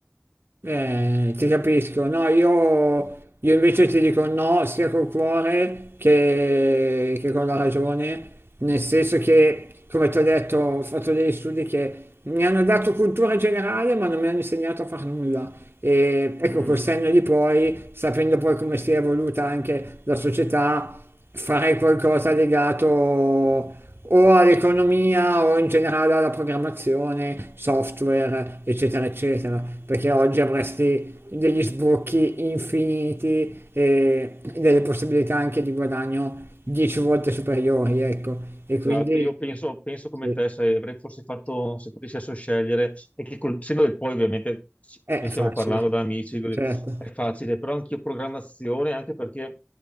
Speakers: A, on the right (about 60°); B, on the left (about 35°).
A: Eh, ti capisco, no, io, io invece ti dico no sia col cuore che, che con la ragione, nel senso che, come ti ho detto, ho fatto degli studi che mi hanno dato cultura generale ma non mi hanno insegnato a far nulla. E ecco,
B: Mm.
A: col senno di poi, sapendo poi come si è evoluta anche la società, farei qualcosa legato o all'economia o in generale alla programmazione, software, eccetera, eccetera, perché oggi avresti degli sbocchi infiniti e delle possibilità anche di guadagno 10 volte superiori, ecco, e
B: Esatto,
A: quindi
B: io penso, penso come
A: sì,
B: te, se avrei forse fatto, se potessi adesso scegliere, e che col senno del poi ovviamente ci-
A: è
B: ne stiamo
A: facile,
B: parlando da amici, così,
A: certo.
B: è facile, però anch'io programmazione, anche perché